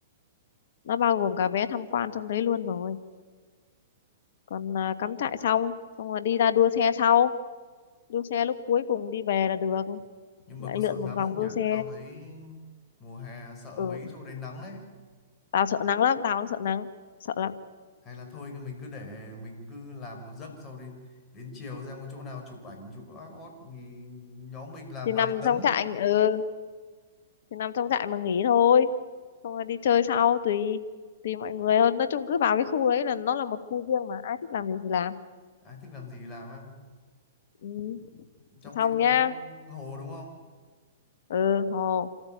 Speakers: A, on the left (about 60°); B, on the left (about 30°).
A: nó bao gồm cả vé tham quan trong đấy luôn rồi còn à, cắm trại xong xong là đi ra đua xe sau đua xe lúc cuối cùng đi về là được
B: nhưng
A: lại
B: mà có sợ
A: lượn
B: nắng
A: một vòng
B: không nhỉ
A: đua xe
B: tao thấy mùa hè sợ
A: ừ
B: mấy chỗ đấy nắng đấy
A: tao sợ nắng lắm tao không sợ nắng sợ lắm
B: hay là thôi thì mình cứ để mình cứ làm một giấc sau đến đến chiều xem có chỗ nào chụp ảnh chụp ót ót thì nhóm mình làm
A: thì
B: vài
A: nằm
B: tấm
A: trong trại ừ thì nằm trong trại mà nghỉ thôi xong rồi đi chơi sau tùy tùy mọi người hơn nói chung cứ vào cái khu đấy là nó là một khu riêng mà ai thích làm gì thì làm
B: ai thích làm gì làm á
A: ừ.
B: trong
A: xong
B: đấy có
A: nhá
B: hồ đúng không
A: ừ hồ